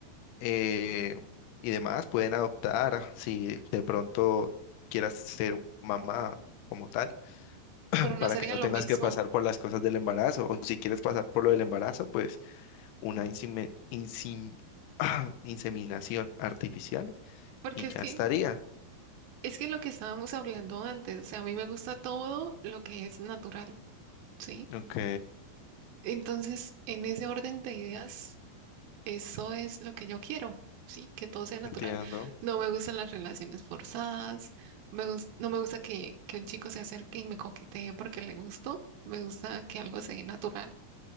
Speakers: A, on the left; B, on the right.
A: eh, y demás, pueden adoptar ah, si de pronto quieras ser mamá como tal, <clears throat>
B: pero no
A: para
B: sería
A: que no
B: lo
A: tengas
B: mismo,
A: que pasar por las cosas del embarazo. O si quieres pasar por lo del embarazo, pues una insime- insim- <clears throat> inseminación artificial
B: porque
A: y
B: es
A: ya
B: que
A: estaría.
B: es que lo que estábamos hablando antes, o sea, a mí me gusta todo lo que es natural, ¿sí?
A: Ok,
B: Entonces, en ese orden de ideas, eso es lo que yo quiero, ¿sí? Que todo sea natural.
A: entiendo,
B: No me gustan las relaciones forzadas, me gus- no me gusta que, que un chico se acerque y me coquetee porque le gusto, me gusta que algo sea natural.